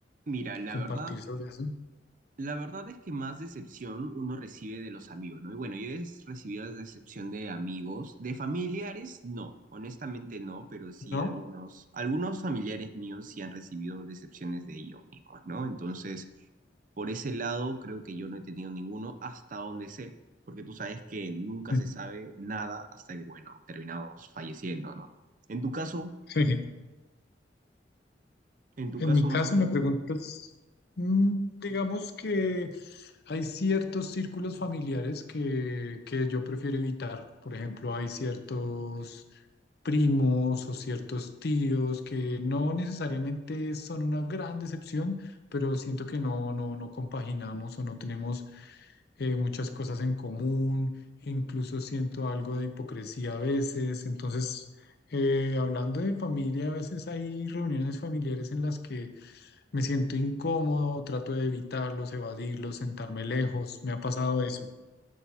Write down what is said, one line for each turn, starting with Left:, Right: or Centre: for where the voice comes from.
Right: Mira,
Left: que
Right: la
Left: compartir
Right: verdad.
Left: sobre eso?
Right: La verdad es que más decepción uno recibe de los amigos, ¿no? Y bueno, yo he recibido decepción de amigos, de familiares, no, honestamente no, pero sí
Left: ¿No?
Right: algunos, algunos familiares míos sí han recibido decepciones de ellos mismos, ¿no? Entonces, por ese lado, creo que yo no he tenido ninguno hasta donde sé, porque tú sabes que nunca
Left: <laughs>
Right: se sabe nada hasta que, bueno, terminamos falleciendo, ¿no? En tu caso,
Left: <laughs>
Right: en tu
Left: En
Right: caso
Left: mi
Right: más
Left: caso
Right: o menos,
Left: me preguntas, mm, digamos que hay ciertos círculos familiares que, que yo prefiero evitar. Por ejemplo, hay ciertos primos o ciertos tíos que no necesariamente son una gran decepción, pero siento que no, no, no compaginamos o no tenemos eh, muchas cosas en común, incluso siento algo de hipocresía a veces, entonces eh, hablando de familia, a veces hay reuniones familiares en las que me siento incómodo, trato de evitarlos, evadirlos, sentarme lejos. Me ha pasado eso.